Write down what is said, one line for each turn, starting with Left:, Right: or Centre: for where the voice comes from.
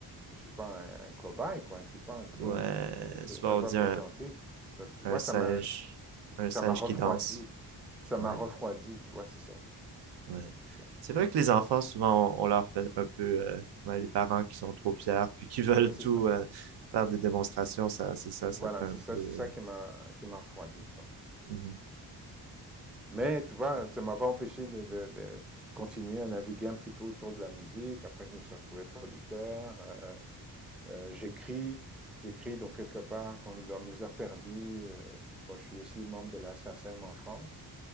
Centre: je suis pas un un cobaye, quoi. Je suis pas un clown.
Right: Ouais,
Centre: Hein, Je-
Right: souvent
Centre: Chaque fois
Right: on dit
Centre: présenté.
Right: un,
Centre: Donc, tu
Right: un
Centre: vois,
Right: singe,
Centre: ça m'a,
Right: un singe
Centre: ça m'a refroidi.
Right: qui danse.
Centre: Ça m'a
Right: Ouais,
Centre: refroidi, tu vois, c'est ça.
Right: ouais.
Centre: C'est ça.
Right: C'est vrai que les enfants, souvent, on, on leur fait un peu, euh, ouais, les parents qui sont trop fiers, puis qui <laughs> veulent
Centre: Oui, c'est
Right: tout
Centre: ça.
Right: euh, faire des démonstrations, ça, c'est ça, ça
Centre: Voilà,
Right: fait un
Centre: c'est ça,
Right: peu. euh,
Centre: c'est ça qui m'a qui m'a refroidi, quoi.
Right: mhm.
Centre: Mais tu vois, ça m'a pas empêché de, de, de continuer à naviguer un petit peu autour de la musique. Après, je me suis retrouvé producteur. euh, euh, j'écris, j'écris donc quelque part quand, dans mes heures perdues. euh, bon, je suis aussi membre de la SACEM en France